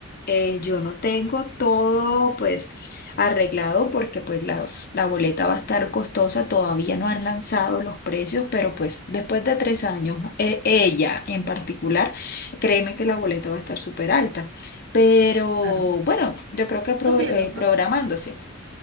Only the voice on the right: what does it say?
Claro.
No, sí,
es lo más,